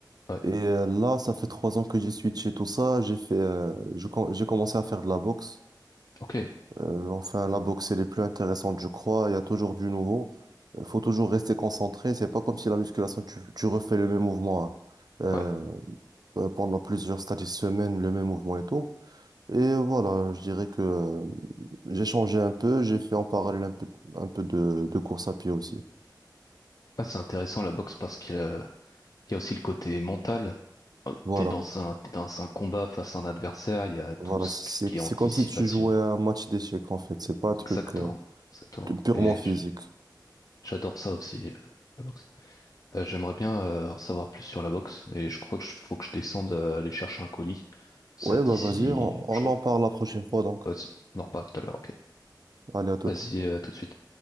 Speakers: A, on the left; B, on the right.
A: Ouais,
B: Et euh, là, ça fait trois ans que j'ai switché tout ça. J'ai fait, euh, je com- j'ai commencé à faire de la boxe.
A: ok,
B: Euh, enfin, la boxe, elle est plus intéressante, je crois. Il y a toujours du nouveau. Il faut toujours rester concentré. C'est pas comme si la musculation, tu, tu refais le même mouvement hein, euh,
A: ouais.
B: euh, pendant plusieurs stades de semaines, le même mouvement et tout. Et voilà, je dirais que euh, j'ai changé un peu, j'ai fait en parallèle un peu, un peu de, de course à pied aussi.
A: Ah, c'est intéressant la boxe parce qu'il y a il y a aussi le côté mental. Euh,
B: Voilà,
A: T'es dans un, t'es dans un combat face à un adversaire, il y a tout
B: voilà,
A: ce
B: c'est,
A: qui est
B: c'est
A: anticipation.
B: comme si tu jouais à un match d'échecs en fait, c'est pas un truc
A: Exactement,
B: euh,
A: exactement.
B: purement
A: Et
B: physique.
A: j- j'adore ça aussi, euh, la boxe. Euh, j'aimerais bien euh, en savoir plus sur la box, mais je crois que je- faut que je descende euh, aller chercher un colis. Ça
B: Ouais,
A: te
B: bah
A: dit si
B: vas-y, on,
A: je
B: on en
A: re...
B: parle la prochaine fois donc.
A: vas-y, on en reparle tout à l'heure, ok.
B: Allez, à toute.
A: Vas-y, euh, à tout de suite.